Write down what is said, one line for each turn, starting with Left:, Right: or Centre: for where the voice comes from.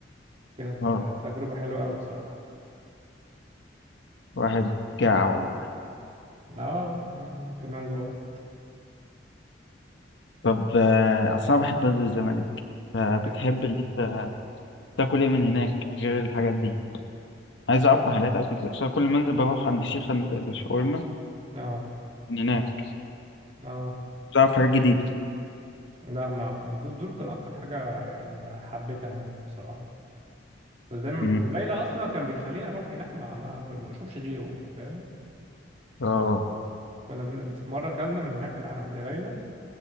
Right: كانت
Left: اه
Right: تجربه حلوه قوي بصراحه
Left: واحد جاع والله
Right: اه يعني انا كمان جوعت
Left: طب آه، أصل أنا بحب أنزل الزمالك فبتحب
Right: انا كمان
Left: إن أنت تاكل إيه من هناك غير الحاجات دي عايز أعرف محلات أكل كده، عشان كل ما أنزل بروح عند الشيخ عند شاورما
Right: اه
Left: من هناك
Right: اه
Left: تعرف حاجات جديدة
Right: لا ما دول دول كان اكتر حاجه يعني حبيتها هناك بصراحه بس دايما
Left: مم.
Right: برو... ليلى اصلا كان بيخليني اروح هناك ما ما ما ما اشوفش غيره يعني فاهم
Left: آه
Right: كنا بن... في مرة كلنا من هناك عند ليلى